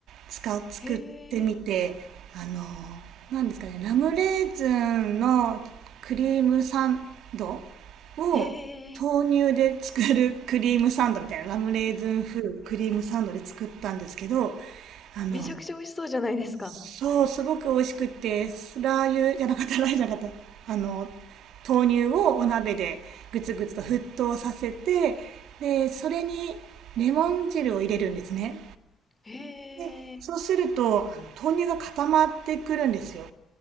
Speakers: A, on the right; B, on the left.
A: 使、作ってみて、
B: へえ。
A: あの、なんですかね、ラムレーズンのクリームサンドを豆乳で作るクリームサンドみたいな、
B: えへえ
A: ラムレーズン風クリームサンドで作ったんですけど、あの、
B: めちゃくちゃ美味しそうじゃないですか。
A: そう、すごく美味しくって、スラー油じゃなかった、ラー油じゃなかった。あの、豆乳をお鍋でぐつぐつと沸騰させて、で、それにレモン汁を入れるんですね。
B: へえ。
A: で、そうすると、あの豆乳が固まってくるんですよ。